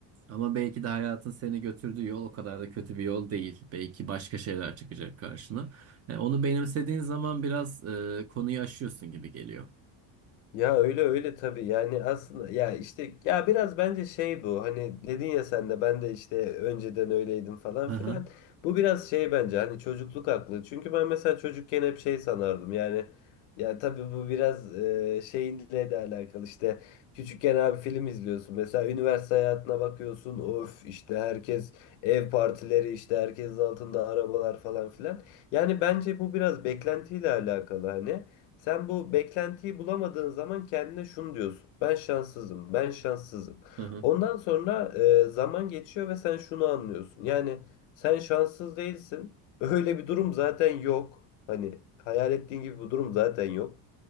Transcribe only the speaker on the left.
Ya öyle öyle tabii yani aslında ya işte ya biraz bence şey bu hani dedin ya sen de ben de işte önceden öyleydim falan
filan
bu biraz şey bence hani çocukluk aklı çünkü ben mesela çocukken hep şey sanardım yani ya tabii bu biraz e, şeyinle de alakalı işte küçükken abi film izliyorsun mesela üniversite hayatına bakıyorsun of işte herkes ev partileri işte herkesin altında arabalar falan filan yani bence bu biraz beklentiyle alakalı hani. Sen bu beklentiyi bulamadığın zaman kendine şunu diyorsun. Ben şanssızım, ben şanssızım.
Ondan sonra e, zaman geçiyor ve sen şunu anlıyorsun. Yani sen şanssız değilsin. <laughs> Öyle bir durum zaten yok. Hani hayal ettiğin gibi bir durum zaten yok.